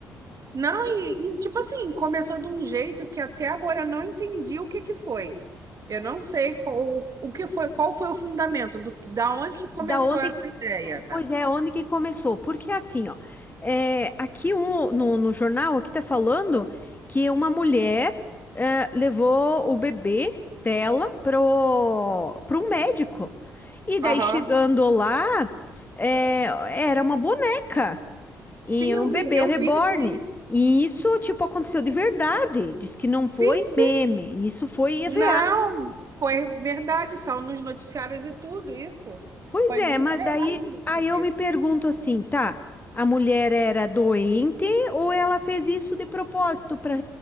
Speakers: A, on the right; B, on the left.
A: Não, e, e, tipo assim, começou de um jeito que até agora eu não entendi o que que foi. Eu não sei qual- o, o que foi, qual foi o fundamento, do, da onde que começou
B: Da onde,
A: essa
B: que-
A: ideia.
B: é, pois é, onde que começou? Porque assim, ó, é, aqui o- no, no jornal aqui tá falando que uma mulher é, levou o bebê dela pro, pro médico. E daí
A: Aham.
B: chegando lá, é, era uma boneca
A: Sim,
B: e
A: eu
B: um
A: vi,
B: bebê
A: eu
B: reborn.
A: vi isso aí.
B: E isso, tipo, aconteceu de verdade. Diz que não foi
A: Sim, sim.
B: meme, isso foi
A: Não,
B: real.
A: foi verdade, saiu nos noticiários e tudo isso.
B: Pois
A: Foi
B: é,
A: muito
B: mas
A: real,
B: daí
A: inclusive.
B: aí eu me pergunto assim, tá? A mulher era doente ou ela fez isso de propósito para